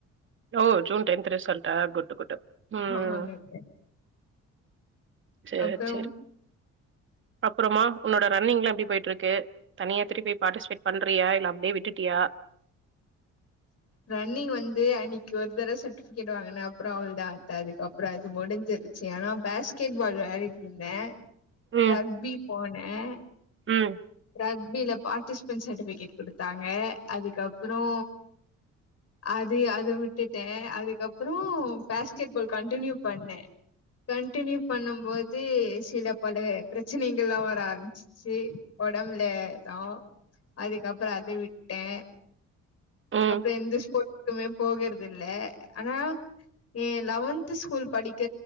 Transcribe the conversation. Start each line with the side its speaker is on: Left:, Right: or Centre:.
Right: <unintelligible> ஜூன் டென்த் ரிசல்டா குட்டு குட்டு உம்
Left: ஆமாங்க அத்த
Right: சேர்
Left: அப்றோ
Right: சேர் அப்றோமா உன்னோட ரன்னிங்லா எப்டி போயிட்டு இருக்கு தனியா திருப்பி பாட்டிஸ்பேட் பன்றியா இல்ல அப்டியே விட்டுட்டியா
Left: ரன்னிங் வந்து அன்னைக்கு ஒரு தட சர்ட்டிபிகேட் வாங்கினே அப்புறோ அவ்ளதா அத்தே அதுக்கு அப்புறோ அது முடிஞ்சிருச்சு ஆனா பேஸ்கெட் பால் விளயாடிட்டு இருந்தே
Right: ம்
Left: ரக்பி பான் ஏங
Right: ம்
Left: ரக்பில பாட்டிபென்ஸ் சட்டிபிகேட் குடுத்தாங்க அதுக்கப்புறோ அது அத விட்டுட்டே அதுக்கப்புறோ பேஸ்கெட் பால் கண்டினியூ பண்ண கன்டினியூ பண்ணும் போது சில பல பிரச்சனைகள்ல்லா வர ஆரம்பிசிச்சு ஒடம்புல ரா அதுக்கபுறோ அதே விட்டே
Right: ம்
Left: அப்புறோ எந்த ஸ்போட்ஸ்க்குமே போகர் தில்ல ஆனா ஏ லெவன்த் ஸ்கூல் படிக்க